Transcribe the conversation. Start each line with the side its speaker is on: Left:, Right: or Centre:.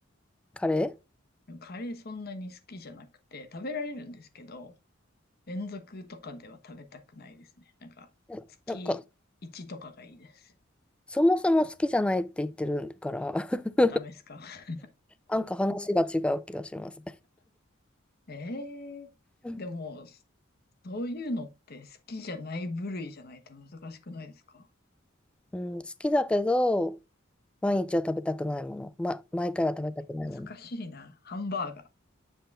Centre: カレ
Left: カレーそんなに好きじゃなくて、食べられるんですけど、連続とかでは食べたくないですね。なんか、
Centre: ーななんか、
Left: 月1とかがいいです。
Centre: そもそも好きじゃないって言ってるから、<laughs>
Left: あ、ダメですか。<laughs>
Centre: なんか話が違う気がします。
Left: ええーでも、
Centre: うん
Left: そういうのって好きじゃない部類じゃないと難しくないですか
Centre: <laughs> うん、好きだけど、毎日は食べたくないもの。ま、毎回は食べたくないも
Left: えー難しいな。ハンバーガ